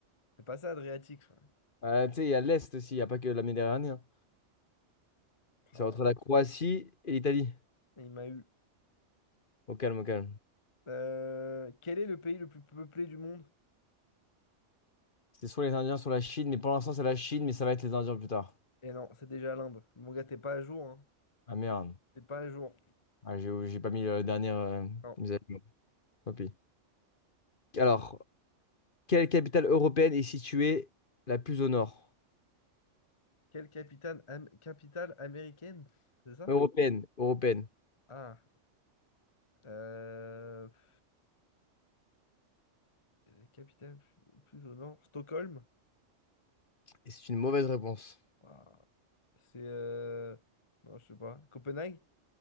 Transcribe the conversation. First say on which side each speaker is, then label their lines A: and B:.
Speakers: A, on the left; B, on the left.
A: c'est pas ça, Adriatique. Enfin,
B: Euh, tu sais, il y a l'est aussi, il n'y a pas que la Méditerranée. hein.
A: pah,
B: C'est entre la Croatie et l'Italie.
A: il m'a eu.
B: Au calme, au calme.
A: Euh, Quel est le pays le plus peuplé du monde?
B: C'est soit les Indiens, soit la Chine, mais pour l'instant, c'est la Chine, mais ça va être les Indiens plus tard.
A: Et non, c'est déjà l'Inde. Mon gars, t'es pas à jour, hein.
B: Ah merde.
A: T'es pas à jour.
B: Ah, j'ai j'ai pas mis le dernier. euh,
A: Non.
B: mes amis. Tant pis. Alors, Quelle capitale européenne est située la plus au nord?
A: Quelle capitale, am- capitale américaine? C'est ça?
B: Européenne, européenne.
A: Ah. Euh... pff, La capitale plus plus au nord. Stockholm?
B: Et c'est une mauvaise réponse.
A: Waouh. C'est... euh, Non, je sais pas. Copenhague?